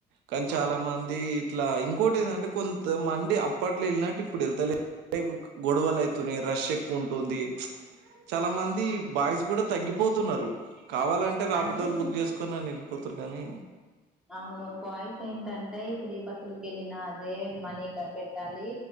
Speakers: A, on the right; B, in the centre.
A: కానీ
B: ఆ
A: చాలా మంది ఇట్లా ఇంకోటి ఏందంటే కొంతమంది అప్పట్లో వెళ్ళినట్టు ఇప్పుడు వెళ్తలే గొడవలు అయితున్నాయి రష్ ఎక్కువ ఉంటుంది చాలా మంది
B: అవును
A: బాయ్స్ కూడా తగ్గిపోతున్నారు కావాలంటే రాపిటోళ్ళు
B: ఆ అంటే
A: బుక్ చేసుకున్నా పోతురు కానీ
B: అవును బాయ్స్ ఏంటంటే ఫ్రీ బస్సులకి వెళ్ళినా అదే మనీ పెట్టాలి